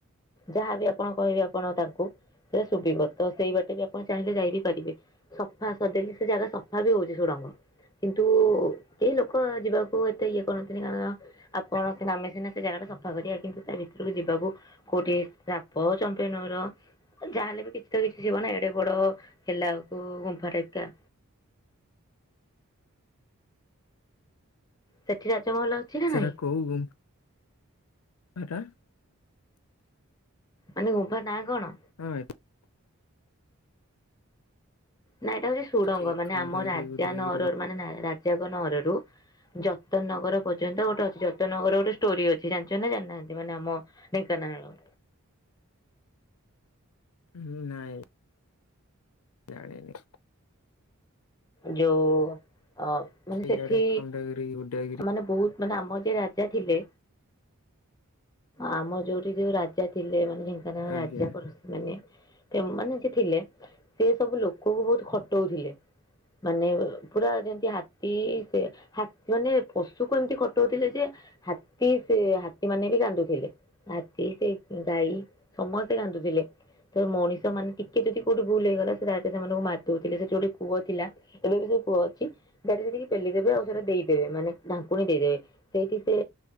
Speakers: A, on the left (about 15°); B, on the left (about 80°).
A: ଯାହା ବିି ଆପଣ କହିବେ ଆପଣ ତାଙ୍କୁ ସେ ଶୁବିବ। ତ ସେଇ ବାଟେ ବି ଆପଣ ଚାହିଁଲେ ଯାଇ ବିି ପାରିବେ ସଫା ସଦେଇଲି ସେ ଜାଗା ସଫା ବି ହଉଚି ସୁଡ଼ଙ୍ଗ। କିନ୍ତୁ କେହି ଲୋକ ଯିବାକୁ ଏତେ ଇଏ କରନ୍ତିନି କାରଣ କଣ ଅଛି ନା ଆମେ ସିନା ସେ ଜାଗା ଟା ସଫା କରିବା କିନ୍ତୁ ସେ ଭିତରୁକୁ ଯିବାକୁ କଉଠି ସାପ, ଚମ୍ପେଇ ନୁର ଯାହା ହେଲେ ବି କିଛି ତ କିଛି ଥିବ ନା ଏଡେ ବଡ ହେଲାଉକୁ ଗୁମ୍ଫା ରେ ଏକା ସେଠି ରାଜମହଲ ଅଛି ନା
B: ସେରା
A: ନାଇଁ
B: କଉ ଗୁ ମ୍ଫା ଟା?
A: ମାନେ ଗୁମ୍ଫା ନାଁ କଣ?
B: <unintelligible>
A: ନା ଏଟା ହଉଚି ସୁଡଙ୍ଗ
B: ଏଠି
A: ମାନେ
B: ଖଣ୍ଡଗିରି
A: ଆମ ରାଜା
B: ଉଦୟଗିରି
A: ନଅରରୁ-ମାନେ ରା-ରାଜାଙ୍କ ନଅର ରୁ ଜତନ୍ ନଗର ପର୍ଯ୍ୟନ୍ତ ଗୋଟେ ଅଛି ଜତନ୍ ନଗରର ଗୋଟେ ଷ୍ଟୋରି ଅଛି ଜାଣିଚନ୍ତି ନା ଜାଣିନାହାନ୍ତି ମାନେ ଆମ ଢେଙ୍କାନାଳ।
B: ହୁଁ- ନାଇଁ। ଜାଣିନି।
A: ଯଉ ଅ-ମାନେ ସେଠି
B: ଇଆଡେ ଖଣ୍ଡଗିରି ଉଦୟଗିରି
A: ମାନେ ବହୁତ୍ ମାନେ ଆମର ଯିଏ ରାଜା ଥିଲେ ଆମ ଯଉଠି ଯଉ ରାଜା ଥିଲେ ମାନେ ଢେଙ୍କାନାଳ
B: ଆଜ୍ଞା।
A: ରାଜା ପରୁସ୍ ମାନେ ଏମାନେ ଯିଏ ଥିଲେ ସିଏ ସବୁ ଲୋକକୁ ବହୁତ୍ ଖଟଉଥିଲେ। ମାନେ ପୁରା ଯେନ୍ତି ହାତୀ ସେ ହାତ୍-ମାନେ ପଶୁକୁ ଏମିତି ଖଟଉଥିଲେ ଯେ ହାତୀ ସେ ହାତୀ ମାନେ ବି କାନ୍ଦୁଥିଲେ। ହାତୀ ସେ ଗାଈ ସମସ୍ତେ କାନ୍ଦୁଥିଲେ। ତ ମଣିଷ ମାନେ ଟିକେ ଯଦି କଉଠି ଭୁଲ୍ ହେଇଗଲା ସେ ଡାରେକ୍ଟ ସେମାନଙ୍କୁ ମାର୍ ଦଉଥିଲେ ସେଠି ଗୋଟେ କୂଅ ଥିଲା ଏବେ ବି ସେ କୂଅ ଅଛି। ଡାଇରେକ୍ଟେ ସେଠିକି ପେଲିଦେବେ ଆଉ ସେଟା ଦେଇଦେବେ ମାନେ ଢାଙ୍କୁଣୀ ଦେଇଦେବେ ସେଇଠି ସେ